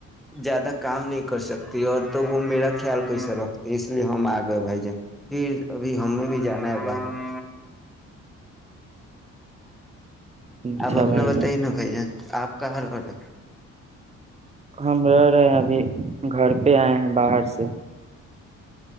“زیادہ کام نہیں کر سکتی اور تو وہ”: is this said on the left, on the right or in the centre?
Centre